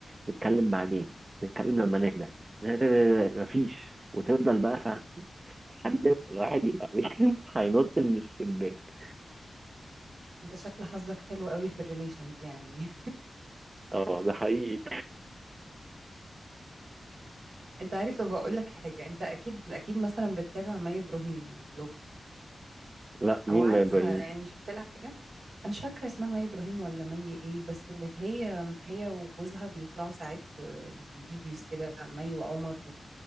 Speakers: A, on the right; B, on the right.
A: نتكلم بعدين نتكلم لما نهدى لا لا لا لا، مفيش وتفضل بقى فاهم؟ لحد ما الواحد يبقى بيهم <laughs> هينط من الشباك
B: انت شكل حظك حلو قوي في الريليشنز يعني
A: اه ده حقيقي
B: <laughs> انت عارف طب اقول لك حاجه انت اكيد اكيد مثلا بتتابع مي ابراهيم البلوجر
A: لا مين
B: او عارفها
A: ما يبين
B: يعني شفت لها حاجه انا مش فاكره اسمها مي ابراهيم ولا مي ايه بس اللي هي هي وجوزها بيطلعوا ساعات في فيديوز كده مي وعمر